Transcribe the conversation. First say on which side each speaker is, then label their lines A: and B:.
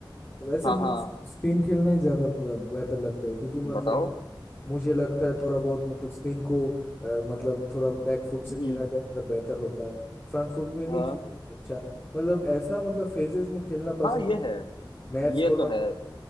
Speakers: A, on the left (about 25°); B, on the left (about 75°).
A: वैसे
B: हाँ
A: मुझे
B: हाँ
A: स्पिन खेलना ही ज्यादा ब- बेहतर लगता है क्योंकि मतलब
B: बताओ
A: मुझे लगता है थोड़ा बहुत मतलब स्पिन को अ, मतलब थोड़ा बैक फुट से
B: हम्म
A: खेला जाए अगर बेहतर होता है फ्रंट फुट में
B: हाँ
A: भी खेल अच्छा मतलब ऐसा मतलब फेजेस में खेलना पसंद
B: हाँ ये है
A: मैच
B: ये
A: थोड़ा
B: तो
A: मतलब
B: है